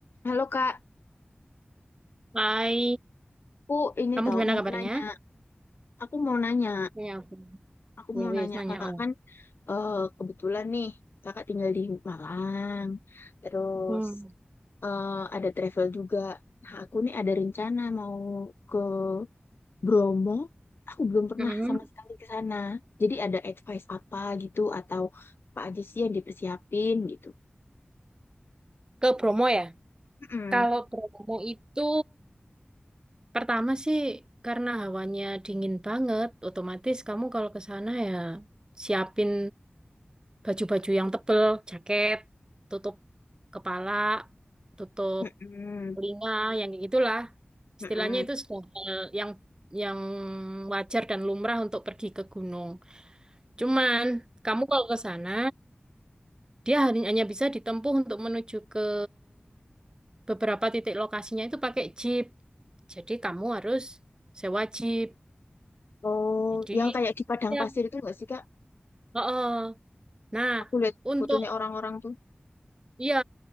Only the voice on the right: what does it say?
Hai,
kamu
gimana
kabarnya?
Ya, aku.
Ya,
wis
nanya.
Oh.
Hmm.
Mm-mm.
Ke Bromo ya?
Kalau Bromo itu pertama sih karena hawanya dingin banget, otomatis kamu kalau ke sana ya siapin baju-baju yang tebel, jaket, tutup kepala, tutup
telinga, yang kayak gitulah.
Istilahnya itu sudah hal yang yang wajar dan lumrah untuk pergi ke gunung. Cuman kamu kalau ke sana Dia hanya hanya bisa ditempuh untuk menuju ke beberapa titik lokasinya itu pakai jeep. Jadi kamu harus sewa jeep.
Jadi
ya,
heeh. Nah,
untuk
ya